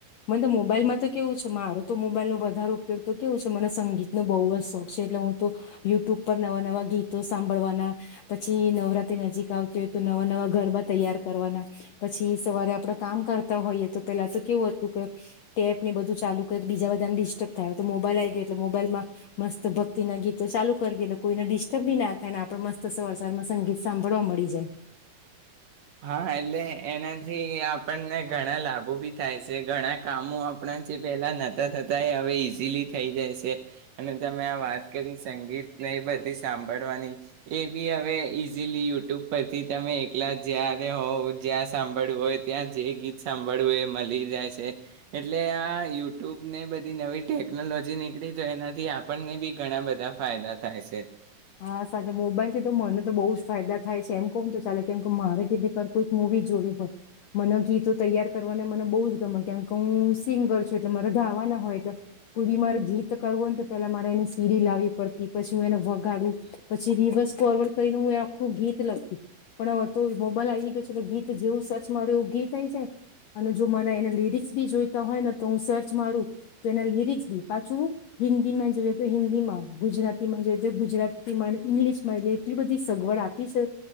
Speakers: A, on the left (about 80°); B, on the right (about 70°).
A: મને તો મોબાઈલમાં તો કેવું છે મારો તો મોબાઈલ નો વધારે ઉપયોગ તો કેવું છે મને સંગીતનોો બહુ જ શોખ છે એટલે હું તો યુટ્યુબ પર નવા નવા ગીતો સાંભળવાના પછી નવરાત્રી નજીક આવતી હોય તો નવા નવા ગરબા તૈયાર કરવાના પછી સવારે આપડા કામ કરતા હોઈએ તો પેલા તો કેવું હતું કે ટેપ ને બધું ચાલુ કર બીજા બધાને ડિસ્ટર્બ થાયય તો મોબાઈલ આ ગયો એટલે મોબાઈલમાં મસ્ત ભક્તિ ના ગીતો ચાલુ કરી દે એટલે કોઈને ડિસ્ટર્બ બી ના થાય ને આપડે મસ્ત સવાર સરમાં સંગીત સાંભળવા મળી જાય
B: હા એટલે એનાથી આપણને ઘણા લાભો બી થાય છે ઘણા કામો આપણા જે પેલા નહોતા થતા એ હવે ઈઝીલી થઈ જાય છે અને તમે આ વાત કરી સંગીતને બધી સાંભળવાની એ બી હવે ઈઝીલી યુટ્યુબ પરથી તમે એકલા જય્યારે હોઉવ જ્યાં સાંભળવું હોય ત્યાં જે ગીત સાંભળવું હોય એ મળી જાય છે એટલે આ યુટ્યુબ ને બધી નવી ટેકનોલોજી નીકળી તો એનાથી આપણને બી ઘણા બધા ફાયદા થાય છે
A: હા સાચ મોબાઈલ થી તો મને તો બહુ જ ફાયદા થાય છે એમ કોણ તો ચાલે કેમ કે મારે ગી કોઈક મુવી જોવી હોય મને ગીતો તૈયાર કરવાને મને બહુ જ ગમે કેમકે હું સિંગ કર છું એટલે મારે ધાવાના હોય એટલે કોઈ બી મારે ગીત કરવું હો ને તો પેલા મારે એની સીરી લાવવી પડતી પછી હું એને વ પછી રિવર્સ ફોરવર્ડ કરીને હું આખું ગીત લગતી પણ હવે તો મોબાઈલ આવી ગયો છે એટલે ગીત જેવું સર્ચ માર એવું ગીત આઈ જાય અને જો મને એના લિરિક્સ બી જોઈતા હોય ને તો હું સર્ચ મારું તો એના લિરિક્સ બી પાછું હિન્દી માં જોઈએ તો હિન્દી માં ગુજરાતીમાં જોઈ જે ગુજરાતીમાં ઇંગ્લિશમાં એટલી બધી સગવડ આપી છે